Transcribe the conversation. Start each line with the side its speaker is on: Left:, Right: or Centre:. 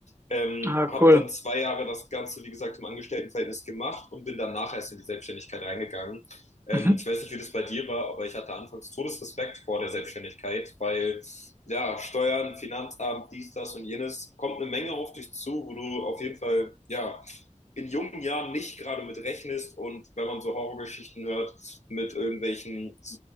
Left: Ähm,
Right: Ah,
Left: habe
Right: cool.
Left: dann zwei Jahre das Ganze, wie gesagt, im Angestelltenverhältnis gemacht und bin danach erst in die Selbstständigkeit reingegangen. Ähm,
Right: Mhm.
Left: ich weiß nicht, wie das bei dir war, aber ich hatte anfangs Todesrespekt vor der Selbstständigkeit, weil ja, Steuern, Finanzamt, dies, das und jenes, kommt eine Menge auf dich zu, wo du auf jeden Fall, ja, in jungen Jahren nicht gerade mit rechnest und wenn man so Horrorgeschichten hört, mit irgendwelchen